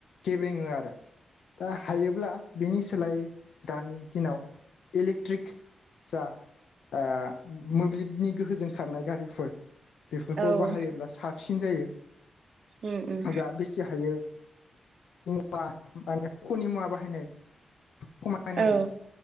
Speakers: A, on the left; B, on the right.
A: गेब्रेङो आरो दा हायोब्ला बिनि सोलायै दानि दिनाव इलेक्ट्रिक जा ओ मोब्लिबनि गोहोजों खारनाय गारिफोर बेफोरखौ
B: औ नंगौ
A: बाहायोब्ला
B: औ
A: सा सिन जायो
B: उम उम
A: जा बेसे हायो <unintelligible> माने ख'नि मुवा बाहायनाय खमायनांगौ‌
B: औ